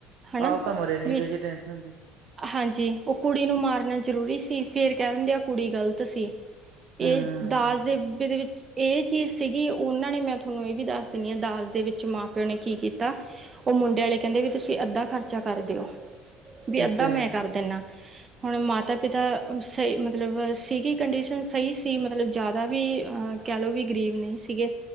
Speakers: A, on the right (about 25°); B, on the right (about 80°).
A: ਹਨਾ
B: ਆਪ ਤਾਂ ਮਰੇ ਨੀ
A: ਵੀ
B: ਜੇ ਟੈਂਨਸ਼ਨ ਸੀ।
A: ਹਾਂਜੀ ਉਹ ਕੁੜੀ ਨੂੰ ਮਾਰਨਾ ਜ਼ਰੂਰੀ ਸੀ ਫੇਰ ਕਹਿ ਦਿੰਦੇ ਆ ਕੁੜੀ ਗ਼ਲਤ ਸੀ।
B: ਹਾਂ
A: ਇਹ ਦਾਜ
B: ਵੀ
A: ਦਹੇ ਦੇ ਵਿੱਚ ਇਹ ਚੀਜ਼ ਸੀਗੀ ਉਹਨਾਂ ਨੇ ਮੈਂ ਥੋਨੂੰ ਇਹ ਵੀ ਦੱਸ ਦਿੰਦੀ ਹਾਂ ਦਾਜ ਦੇ ਵਿੱਚ ਮਾਂ ਪਿਓ ਨੇ ਕੀ ਕੀਤਾ। ਉਹ ਮੁੰਡੇ ਵਾਲੇ ਕਹਿੰਦੇ ਵੀ ਤੁਸੀਂ ਅੱਧਾ ਖਰਚਾ ਕਰ ਦਿਓ ਵੀ
B: ਠੀਕ
A: ਅੱਧਾ
B: ਹੈ
A: ਮੈਂ ਕਰ ਦਿੰਨਾ। ਹੁਣ ਮਾਤਾ ਪਿਤਾ ਸਹੀ ਮਤਲਬ ਸੀਗੀ ਕੰਡੀਸ਼ਨ ਸਹੀ ਸੀ ਮਤਲਬ ਜ਼ਿਆਦਾ ਵੀ ਕਹਿ ਲਓ ਵੀ ਗਰੀਬ ਨਹੀਂ ਸੀਗੇ।